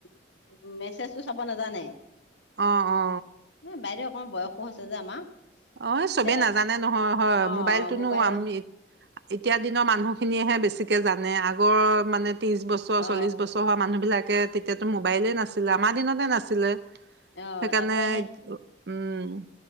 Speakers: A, on the left; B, on the right.
A: - মেছেজটো চাব নেজানে।
B: অ অ।
A: এ বাইদেউ অকণ বয়সো হৈছে যে আমাৰ।
B: অ চবেই
A: এতিয়া
B: নাজানে নহয় হয়
A: অ
B: মোবাইলটোনো
A: মোবাইলৰ
B: আমি - এতিয়া দিনৰ মানুহখিনিয়েহে বেছিকে জানে আগৰ মানে ত্ৰিশ বছৰ
A: অ
B: চল্লিশ বছ ৰ মানুহ বিলাকে তেতিয়াতো মোবাইলে নাছিলে আমাৰ দিনতে নাছিলে।
A: অ
B: সেইকাৰণে
A: তাৰপৰা সেই
B: উম।